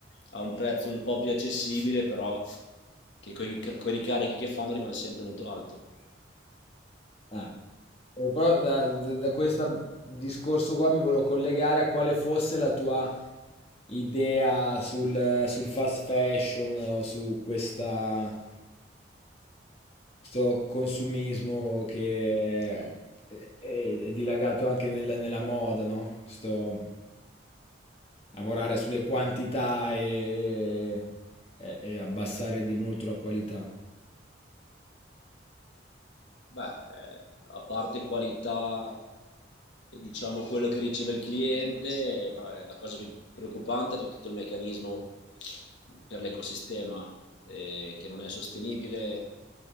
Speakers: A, on the left; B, on the left.
A: a un prezzo un po' più accessibile, però che con i ricarichi che fanno rimane sempre molto alto.
B: Eh. Eh, Però da, da, da questo discorso qua mi volevo collegare a quale fosse la tua idea sul, sul fast fashion o su questa, questo consumismo che è, è- è dilagato anche nel- nella moda, no? Questo lavorare sulle quantità e, e- e abbassare di molto la qualità.
A: Beh, eh, a parte qualità e diciamo quello che riceve il cliente, eh, però è la cosa più preoccupante è tutto il meccanismo per l'ecosistema eh, che non è sostenibile.